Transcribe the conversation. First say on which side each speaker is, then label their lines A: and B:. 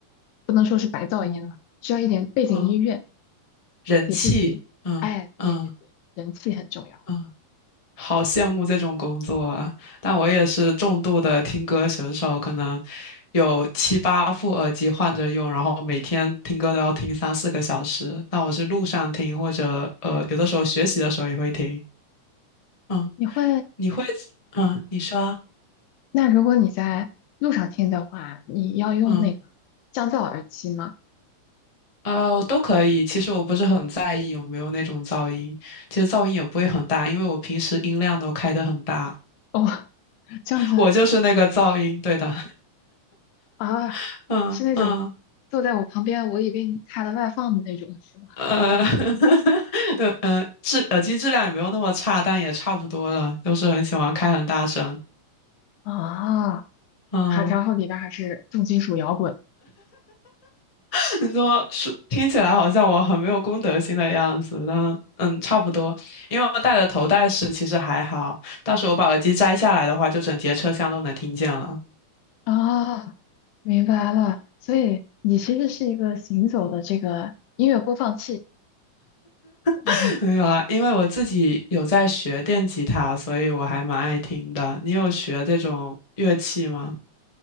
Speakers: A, on the left; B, on the left.
A: 不能说是白噪音了，
B: 哦，
A: 需要一点背景音乐，
B: 哦，人气，
A: 给自己，
B: 嗯嗯
A: 哎，对对对，人气很重要。
B: 嗯。好羡慕这种工作啊！但我也是重度的听歌选手，可能有七八副耳机换着用，然后每天听歌都要听三四个小时。那我是路上听，或者呃，有的时候学习的时候也会听。嗯，
A: 你会
B: 你会，嗯，你说，
A: 那如果你在路上听的话，你要用那个降噪耳机吗？
B: 嗯，呃，都可以。其实我不是很在意有没有那种噪音，其实噪音也不会很大，因为我平时音量都开得很大，
A: 哦，<laughs> 这样子
B: 我就是那个噪音，对的。
A: 啊，
B: <laughs> 嗯嗯。
A: 是那种坐在我旁边，我以为你开了外放的那种，是吗？
B: 呃，<laughs> 呃呃，质耳机质量也没有那么差，但也差不多了，就是很喜欢开很大声。
A: 啊，
B: 嗯，
A: 还然后里边还是重金属摇滚
B: <laughs> 你说是听起来好像我很没有公德心的样子，但嗯，差不多。因为我戴的头戴式其实还好，到时候我把耳机摘下来的话，就整节车厢都能听见了。
A: 啊，明白了。所以你其实是一个行走的这个音乐播放器。<laughs>
B: <laughs> 没有啊，因为我自己有在学电吉他，所以我还蛮爱听的。你有学这种乐器吗？